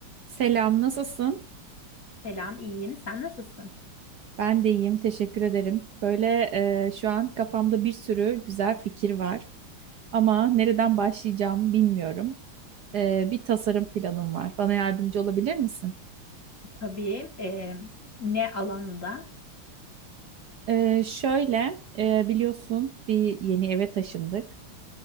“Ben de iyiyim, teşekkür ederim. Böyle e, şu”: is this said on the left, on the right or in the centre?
Right